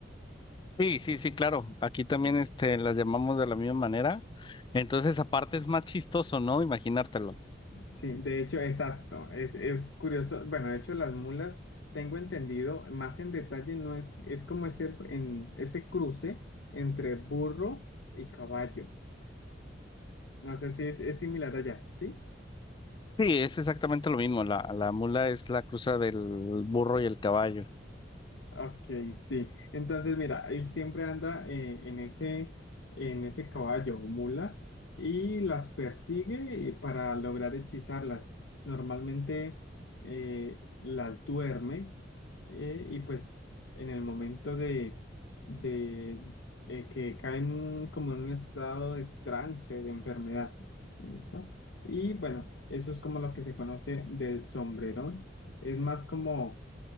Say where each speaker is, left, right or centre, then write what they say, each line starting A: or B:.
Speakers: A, on the left (about 25°); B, on the left (about 85°).
A: Sí, sí, sí, claro. Aquí también este, las llamamos de la misma manera. Entonces, aparte es más chistoso, ¿no? Imaginártelo.
B: Sí, de hecho, exacto. Es, es curioso. Bueno, de hecho, las mulas, tengo entendido, más en detalle, no es, es como ese, en, ese cruce entre burro y caballo. No sé si es, es similar allá, ¿sí?
A: Sí, es exactamente lo mismo. La, la mula es la cruza del burro y el caballo.
B: Ok, sí. Entonces, mira, él siempre anda eh, en ese, en ese caballo o mula y las persigue eh, para lograr hechizarlas. Normalmente eh, las duerme eh, y pues en el momento de, de eh, que caen como en un estado de trance, de enfermedad. ¿Listo? Y bueno, eso es como lo que se conoce del sombrerón. Es más como